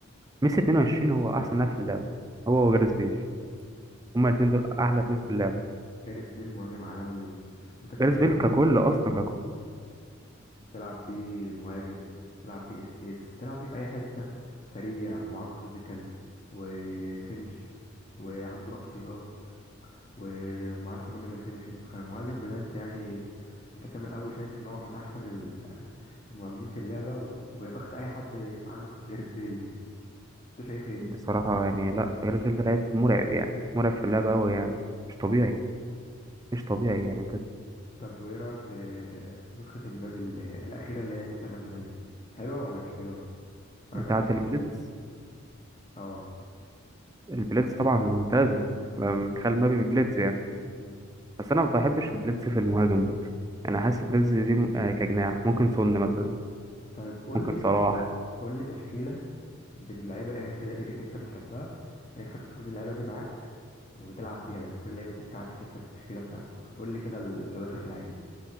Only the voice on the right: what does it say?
ميسي 22 هو احسن لاعب في اللعبه هو
وجاريث بيل هما الاثنين دول احلى اتنين في اللعبه
جاريث بيل
ككل اصلا ككل
بصراحه يعني لا جاريث بيل ده لعيب مرعب يعني مرعب في اللعبه قوي يعني مش طبيعي مش طبيعي يعني كانت
بتاعه
البليدز
البليدز طبعا ممتازه لما بتخيل مبابي بليدز يعني
بس انا ما بحبش البليدز في المهاجم برضه انا حاسس بليدز دي م- آه كجناح ممكن سون مثلا
ممكن
صلاح